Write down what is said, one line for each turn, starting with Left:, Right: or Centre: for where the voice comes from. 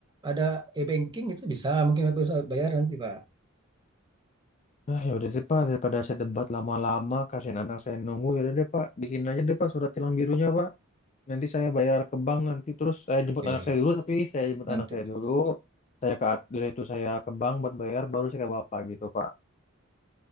Right: ada e-banking itu bisa mungkin aku bisa bayar nanti Pak.
Left: Nah ya udah deh pak daripada saya debat lama-lama kasihan anak saya nunggu ya udah deh pak bikin aja deh pak surat tilang birunya pak. Nanti saya bayar ke bank nanti terus saya
Right: Oke,
Left: jemput anak saya dulu tapi saya jemput
Right: nanti.
Left: anak saya dulu saya ke at- dari itu saya ke bank buat bayar baru saya ke bapak gitu Pak.